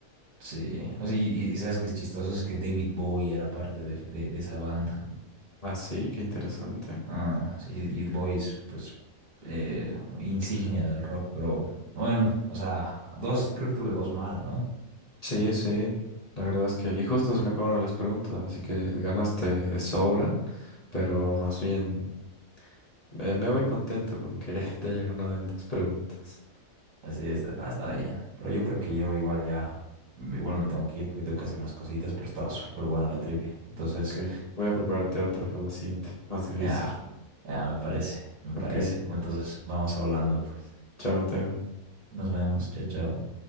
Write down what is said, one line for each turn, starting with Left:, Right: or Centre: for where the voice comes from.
Right: sí. O sea, y, y- y sabes que es chistoso, es que David Bowie era parte de, de- de esa banda.
Left: Ah, sí, qué interesante.
Right: Ah, sí, y Bowie es, pues, eh, insignia del rock, pero bueno, o sea, dos, creo que tuve dos mal, ¿no?
Left: Sí, sí. La verdad es que, y justo se me acabaron las preguntas, así que ganaste de sobra, pero
Right: Dos.
Left: más bien eh, me voy contento con que <laughs> te haya ganado en dos preguntas.
Right: Así está, está, está bien. Pero yo creo que yo igual ya, mm, igual me tengo que ir porque tengo que hacer unas cositas, pero estaba súper buena la trivia. Entonces,
Left: Ok, voy a prepararte otra para la siguiente, más difícil.
Right: ya, ya me parece, me
Left: Ok,
Right: parece. Bueno, entonces, vamos hablando, pues.
Left: chao, Mateo.
Right: Nos vemos, chao, chao.